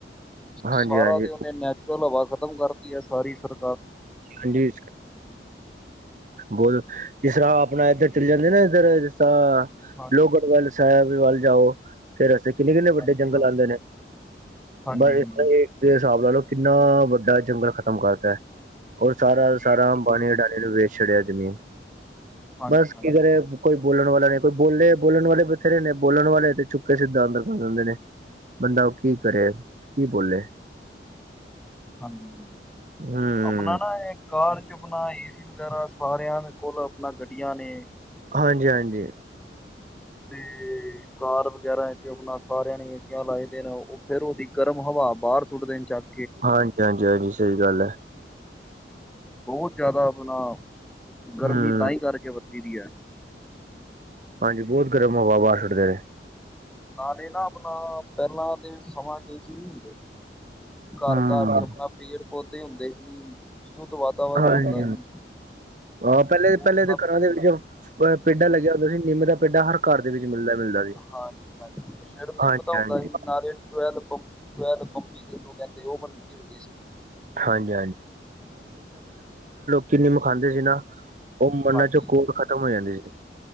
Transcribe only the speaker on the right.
ਹਾਂਜੀ ਹਾਂਜੀ
ਹਾਂਜੀ। ਬੋਲ, ਜਿਸਰ੍ਹਾਂ ਆਪ ਣਾ ਇੱਧਰ ਚਲ ਜਾਂਦੇ ਨਾ ਇੱਧਰ, ਜਿਸ ਤਰ੍ਹਾਂ
ਲੋਹਗੜ ਵੱਲ ਸਾਹਿਬ ਵੱਲ ਜਾਓ, ਫਿਰ ਅਸੀਂ ਕਿੰਨੇ ਕਿੰਨੇ
ਵੱਡੇ ਜੰਗਲ
ਆਂਦੇ ਨੇ।
ਨਾਲੇ
<unintelligible> ਸਾਬ ਲਾ ਲੋ, ਕਿੰਨਾ ਵੱਡਾ ਜੰਗਲ ਖ਼ਤਮ ਕਰਤਾ ਐ। ਔਰ ਸਾਰਾ ਦ
ਸਾਰਾ
ਅੰਬਾਣੀ
ਅਡਾਣੀ ਨੂੰ ਵੇਚ ਛਡਿਆ ਜ਼ਮੀਨ।
ਬਸ ਕੀ
ਕਰੇ, ਕੋਈ ਬੋਲਣ ਵਾਲਾ ਨੀ ਕੋਈ, ਬੋਲੇ ਬੋਲਣ ਵਾਲੇ ਬਥੇਰੇ ਨੇ। ਬੋਲਣ ਵਾਲੇ ਤੇ ਚੁੱਪ ਕੇ ਸਿੱਧਾਂ ਅੰਦਰ ਕਰ ਦਿੰਦੇ ਨੇ। ਬੰਦਾ ਉਹ ਕੀ ਕਰੇ, ਕੀ ਬੋਲੇ
ਹੂੰ
ਹਾਂਜੀ ਹਾਂਜੀ।
ਹਾਂਜੀ ਹਾਂਜੀ ਹਾਂਜੀ ਸਹੀ ਗੱਲ ਐ।
ਹੂੰ
ਹਾਂਜੀ, ਬਹੁਤ ਗਰਮ ਹਵਾ ਬਾਰ ਸੁੱਟਦੇ ਨੇ।
ਹੂੰ
ਹਾਂਜੀ
ਹਾਂ ਪਹਿਲੇ
ਪਹਿਲੇ ਦੇ
ਘਰਾਂ ਦੇ ਵਿੱਚ ਪੇਡਾ ਲੱਗਿਆ ਹੁੰਦਾ ਸੀ ਨਿੰਮ ਦਾ। ਪੇਡਾ ਹਰ ਘਰ ਦੇ ਵਿੱਚ ਮਿਲਦਾ ਮਿਲਦਾ ਸੀ।
ਹਾਂਜੀ
ਹਾਂਜੀ
ਹਾਂਜੀ ਕੀ ਨਿੰਮ ਖਾਂਦੇ ਸੀ ਨਾ, ਉਹ ਮਨਾਂ
ਚ ਕੋੜ ਖਤਮ ਹੋ ਜਾਂਦੀ ਸੀ।